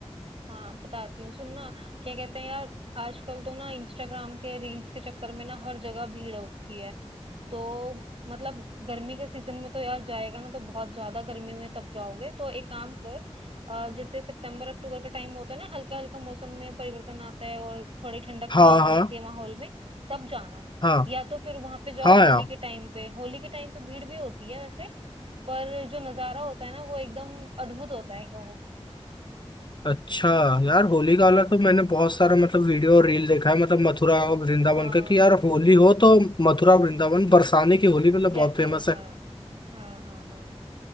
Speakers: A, on the right; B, on the left.
A: हाँ बताती हूँ सुनना क्या कहते हैं यार आजकल तो ना इंस्टाग्राम के रील्स के चक्कर में ना हर जगह भीड़ हो रखी है तो मतलब गर्मी के सीजन में तो यार जाएगा ना तो बहुत ज्यादा गर्मी में तब जाओगे तो एक काम कर अ, जैसे सितंबर अक्टूबर का टाइम होता है ना हल्का हल्का मौसम में परिवर्तन आता है और थोड़ी ठंडक सी
B: हाँ
A: आने
B: हाँ
A: लगती है माहौल में तब जाना
B: हाँ
A: या तो फिर वहां पे जाओ
B: हाँ
A: होली
B: यार
A: के टाइम पे होली के टाइम पे भीड़ भी होती है वैसे पर जो नजारा होता है ना वो एकदम अद्भुत होता है कहो
B: अच्छा यार होली का अलग तो मैंने बहुत सारा मतलब वीडियो और रील देखा है मतलब मथुरा और वृंदावन
A: हाँ
B: का कि यार होली हो तो मथुरा और वृंदावन बरसाने की होली मतलब
A: जैसे
B: बहुत फेमस
A: हो हाँ
B: है
A: हाँ हाँ हाँ